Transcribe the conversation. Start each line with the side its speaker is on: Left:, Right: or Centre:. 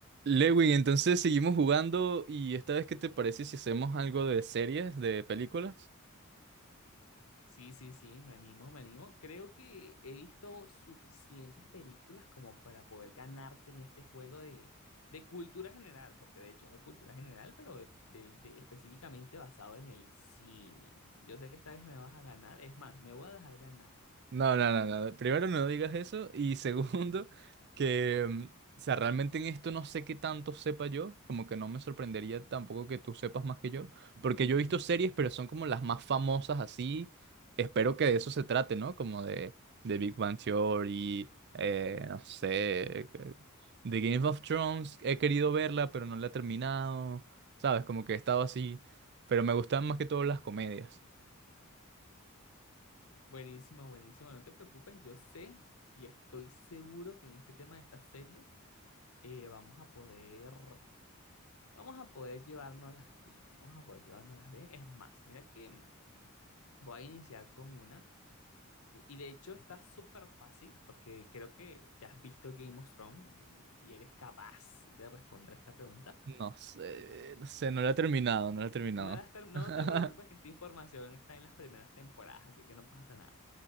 Right: Lewin, entonces seguimos jugando y esta vez, ¿qué te parece si hacemos algo de series, de películas?
Left: Sí, sí, sí, me animo, me animo. Creo que he visto suficientes películas como para poder ganarte en este juego de, de cultura general, porque de hecho es de cultura general, pero de, de- de específicamente basado en el cine. Yo sé que esta vez me vas a ganar, es más, me voy a dejar ganar.
Right: No, no, no, no. Primero no digas eso y <laughs> segundo que, mm, o sea, realmente en esto no sé qué tanto sepa yo, como que no me sorprendería tampoco que tú sepas más que yo, porque yo he visto series, pero son como las más famosas así. Espero que de eso se trate, ¿no? Como de, de Big Bang Theory, eh, no sé, que- de Game of Thrones. He querido verla, pero no la he terminado, ¿sabes? Como que he estado así, pero me gustan más que todo las comedias.
Left: Buenísimo, buenísimo, no te preocupes, yo sé y estoy seguro que en este tema de estas series eh, vamos a poder, vamos a poder llevárnoslas bien, vamos a poder llevárnoslas bien. Es más, mira que... Voy a iniciar con una. Y y de hecho está súper fácil porque creo que te has visto Game of Thrones y y eres capaz de responder esta pregunta.
Right: No sé, no sé, no la he terminado, no la he terminado.
Left: No, las ter- no
Right: <laughs>
Left: te preocupes que esta información está en las primeras temporadas, así que no pasa nada.